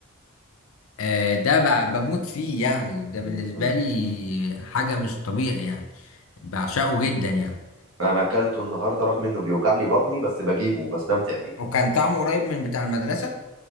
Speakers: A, on the left (about 80°); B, on the right (about 75°).
A: آه، ده ب- بموت فيه يعني ده بالنسبة
B: م- م.
A: لي حاجة مش طبيعي يعني بعشقه جدا يعني
B: انا اكلته النهارده رغم انه بيوجع لي بطني بس بجيبه وبستمتع بيه
A: وكان طعمه قريب من بتاع المدرسة